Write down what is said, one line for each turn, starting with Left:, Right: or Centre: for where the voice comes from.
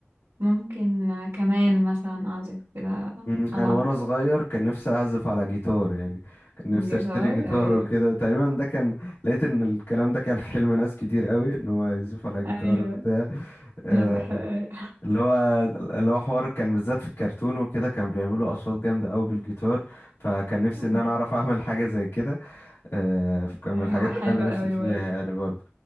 Right: ممكن كمان مثلا أعزف كده
Left: مم،
Right: ألعب
Left: انا وانا صغير كان نفسي اعزف على جيتار يعني كان نفسي
Right: جيتار
Left: اشتري جيتار
Right: أيوة
Left: وكده تقريبا ده كان لقيت ان الكلام ده كان حلم ناس كتير قوي ان هو يعزف على جيتار
Right: أيوة
Left: وبتاع آه،
Right: أنا بحب
Left: اللي هو اللي هو حوار كان بالذات في الكرتون وكده كان بيعملوا اصوات جامده قوي بالجيتار فكان نفسي
Right: أيوة.
Left: ان انا اعرف اعمل حاجه زي كده آه، كان من الحاجات
Right: هو حلو
Left: اللي انا نفسي
Right: قوي
Left: فيها
Right: برضه
Left: يعني برضه